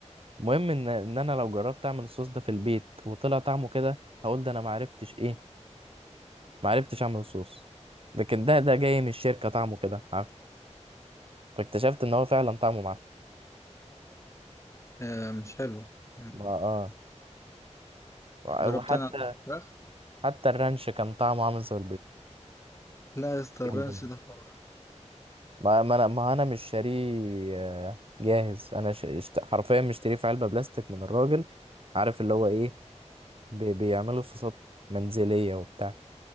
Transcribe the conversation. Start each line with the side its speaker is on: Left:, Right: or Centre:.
Right: المهم ان ان انا لو جربت اعمل الصوص ده في البيت وطلع طعمه كده هقول ده انا معرفتش ايه معرفتش اعمل الصوص لكن ده ده جاي من الشركه طعمه كده عارف فاكتشفت ان هو فعلا طعمه معفن
Left: آه مش حلو آه،
Right: ما- اه وحتى
Left: جربت انا الفراخ
Right: حتى الرانش كان طعمه عامل زي
Left: لا يا اسطى الرانش
Right: البيض
Left: ده حوار
Right: ما ما انا ما انا مش شاريه آه، جاهز انا ش... اشت- حرفيا مشتريه في علبه بلاستيك من الراجل عارف اللي هو ايه بي... بيعملوا صوصات منزليه وبتاع